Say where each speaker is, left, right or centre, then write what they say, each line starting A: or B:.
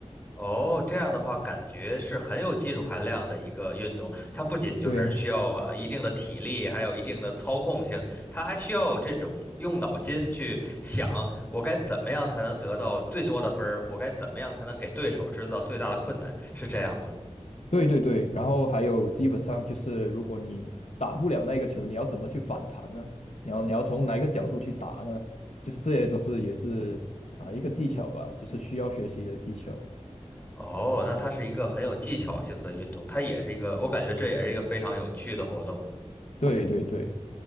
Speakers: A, on the left; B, on the left.
A: 哦，这样的话，感觉是很有技术含量的一个运动。它不仅就是需要啊、
B: 对呀、
A: 呃一定的体力，还有一定的操控性，它还需要这种用脑筋去想，我该怎么样才能得到最多的分儿，我该怎么样才能给对手制造最大的困难，是这样吗？
B: 对对对，然后还有基本上就是，如果你打不了那个球，你要怎么去反弹呢？你要你要从哪一个角度去打呢？就是这些都是也是啊、一个技巧吧，就是需要学习的技巧。
A: 哦，那它是一个很有技巧性的运动，它也是一个，我感觉这也是一个非常有趣的活动。
B: 对对对